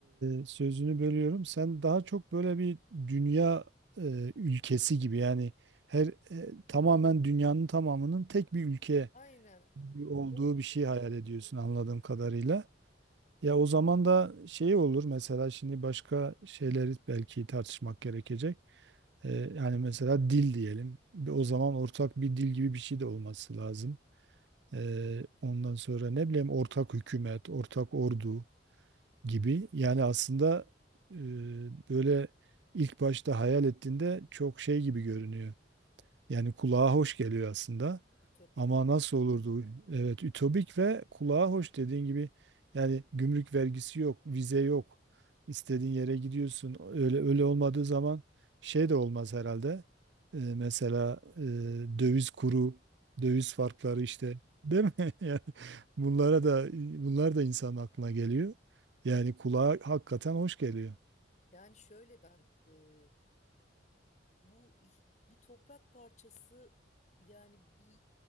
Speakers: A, on the right; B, on the left.
A: e, sözünü bölüyorum. Sen daha çok böyle bir dünya e, ülkesi gibi yani her e, tamamen dünyanın tamamının tek bir ülke
B: Aynen
A: olduğu
B: Onun gibi.
A: bir şey hayal ediyorsun anladığım kadarıyla. Ya o zaman da şey olur mesela şimdi başka şeyleri belki tartışmak gerekecek. Ee, yani mesela dil diyelim. Bir- O zaman ortak bir dil gibi bir şey de olması lazım. Ee, ondan sonra ne bileyim ortak hükümet, ortak ordu gibi. Yani aslında e, böyle ilk başta hayal ettiğinde çok şey gibi görünüyor. Yani kulağa hoş geliyor aslında.
B: Ütopik.
A: Ama nasıl olurdu? Evet, ütopik ve kulağa hoş dediğin gibi yani gümrük vergisi yok, vize yok. İstediğin yere gidiyorsun. Öyle öyle olmadığı zaman şey de olmaz herhalde. Ee, mesela e, döviz kuru, döviz farkları işte değil mi? <laughs> Yani bunlara da bunlar da insanın aklına geliyor. Yani kulağa hakikaten hoş geliyor.
B: Yani şöyle ben e, bu hi- bir toprak parçası yani bir